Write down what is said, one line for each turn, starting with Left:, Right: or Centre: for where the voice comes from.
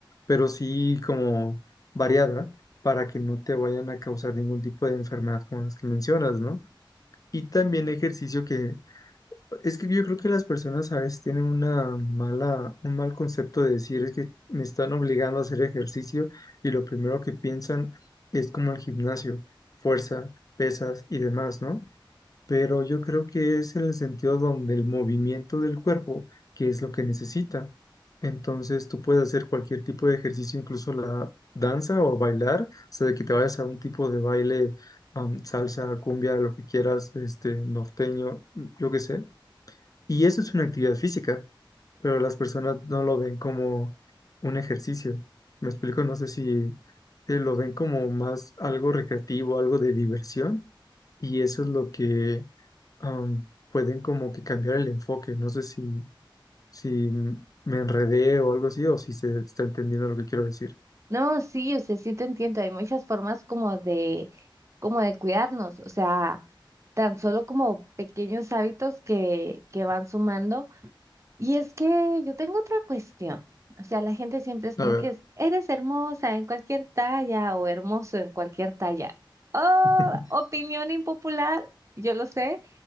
Left: Pero sí como variada para que no te vayan a causar ningún tipo de enfermedad como las que mencionas, ¿no? Y también ejercicio que es que yo creo que las personas a veces tienen una mala, un mal concepto de decir es que me están obligando a hacer ejercicio y lo primero que piensan es como el gimnasio, fuerza, pesas y demás, ¿no? pero yo creo que es en el sentido donde el movimiento del cuerpo, que es lo que necesita. Entonces tú puedes hacer cualquier tipo de ejercicio, incluso la danza o bailar, o sea, de que te vayas a un tipo de baile, am, salsa, cumbia, lo que quieras, este, norteño, yo qué sé. Y eso es una actividad física, pero las personas no lo ven como un ejercicio. Me explico, no sé si eh, lo ven como más algo recreativo, algo de diversión, y eso es lo que am, pueden como que cambiar el enfoque. No sé si, si me enredé o algo así, o si se está entendiendo lo que quiero decir.
Right: No, sí, o sea, sí te entiendo, hay muchas formas como de, como de cuidarnos, o sea, tan solo como pequeños hábitos que, que van sumando. Y es que yo tengo otra cuestión. O sea, la gente siempre es como
Left: A ver.
Right: que es, eres hermosa en cualquier talla o hermoso en cualquier talla. Oh,
Left: <laughs>
Right: opinión impopular, yo lo sé.